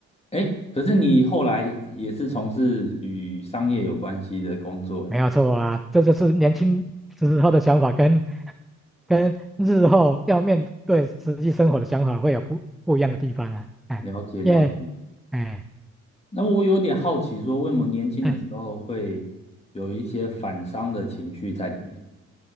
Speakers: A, on the left; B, in the centre.
A: 哎，可是你后来也是从事与商业有关系的工作，
B: 没有错啊，
A: 哎，
B: 这就是年轻时候的想法跟跟日后要面对实际生活的想法会有不不一样的地方啊，哎，
A: 了解了解。
B: 因为哎
A: 那我有点好奇，说为什么年轻的时候会有一些反商的情绪在里面？
B: 哎